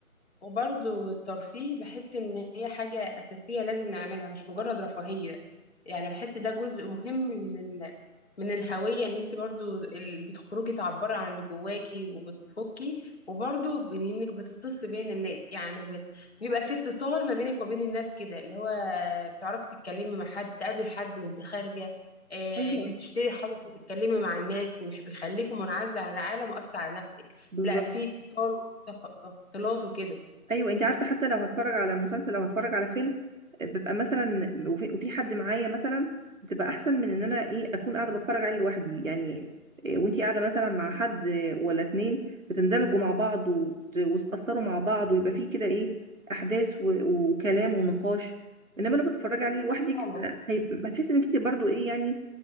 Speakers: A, on the left; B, on the right.
A: وبرضو الترفيه بحس إن هي حاجة أساسية لازم نعملها مش مجرد رفاهية يعني بحس ده جزء مهم من ال... من الهوية إن أنت برضو ال... بتخرجي تعبري عن اللي جواكي وبتفكي وبرضو بإن إنك بتتصلي بين الناس يعني ب... بيبقى في اتصال ما بينك وما بين الناس كده اللي هو بتعرفي تتكلمي مع حد تقابلي حد وأنت خارجة آه،
B: ايوه
A: بتشتري حاجة فتتكلمي مع الناس مش بيخليكي منعزلة عن العالم وقافلة على نفسك
B: بالظبط
A: لا في اتصال وفي تخ- اختلاط وكده
B: ايوه انت عارفه حتى لو هتفرج على مسلسل او هتفرج على فيلم ببقى مثلا وفي, وفي حد معايا مثلا بتبقى احسن من ان انا ايه اكون قاعده بتفرج عليه لوحدي يعني إيه، وانتي قاعده مثلا مع حد ولا اتنين بتندمجوا مع بعض وت- وتتاثروا مع بعض ويبقى فيه كده ايه احداث و- وكلام ونقاش انما لو بتتفرجي عليه لوحدك
A: فعلا
B: ف- هيبقى- ما تحسي انك انت برضو ايه يعني